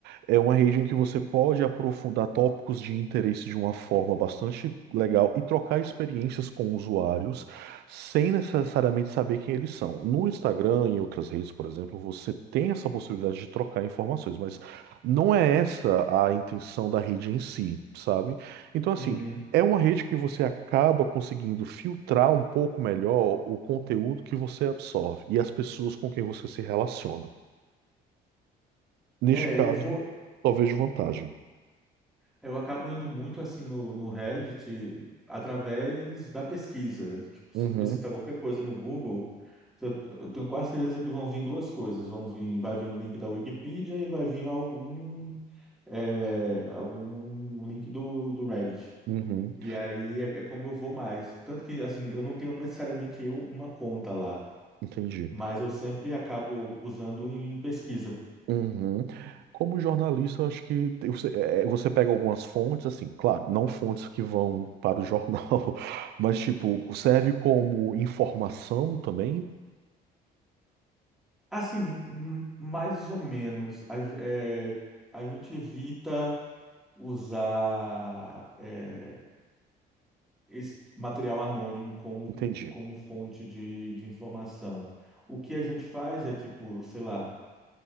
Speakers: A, on the right; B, in the centre.
A: é uma rede em que você pode aprofundar tópicos de interesse de uma forma bastante legal e trocar experiências com usuários sem necessariamente saber quem eles são. No Instagram e em outras redes, por exemplo, você tem essa possibilidade de trocar informações, mas não é essa a intenção da rede em si, sabe? Então, assim.
B: Uhum.
A: É uma rede que você acaba conseguindo filtrar um pouco melhor o conteúdo que você absorve e as pessoas com quem você se relaciona. Neste
B: É,
A: caso,
B: eu vou.
A: só vejo vantagem.
B: Eu acabo indo muito assim no, no Reddit através da pesquisa. Tipo,
A: Uhum,
B: se eu pesquisar qualquer coisa no Google, eu, eu tenho quase certeza que vão vir duas coisas. Vão vir, vai vir um link da Wikipedia e vai vir algum, é, algum link do, do Reddit.
A: uhum,
B: E aí é, é como eu vou mais. Tanto que assim, eu não tenho necessariamente eu uma conta lá,
A: entendi.
B: mas eu sempre acabo usando em pesquisa.
A: Uhum. Como jornalista, eu acho que tem- você, é, é, você pega algumas fontes, assim, claro, não fontes que vão para o jornal, <laughs> mas tipo, serve como informação também?
B: Assim, m- mais ou menos, a, ge- é, a gente evita. usar é, esse material anônimo como,
A: Entendi,
B: como fonte de, de informação. O que a gente faz é tipo, sei lá,